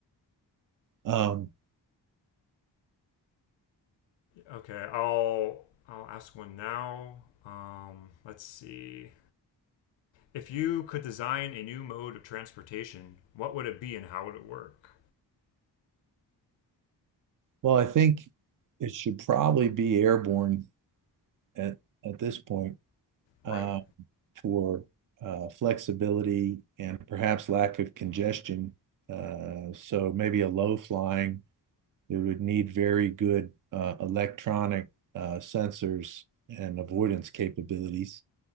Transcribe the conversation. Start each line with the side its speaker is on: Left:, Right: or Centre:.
Right: Um,
Left: Okay, I'll I'll ask one now. Um, let's see. If you could design a new mode of transportation, what would it be and how would it work?
Right: well, I think it should probably be airborne at at this point uh,
Left: Right,
Right: for uh, flexibility and perhaps lack of congestion. Uh, so maybe a low flying. It would need very good uh, electronic uh, sensors and avoidance capabilities.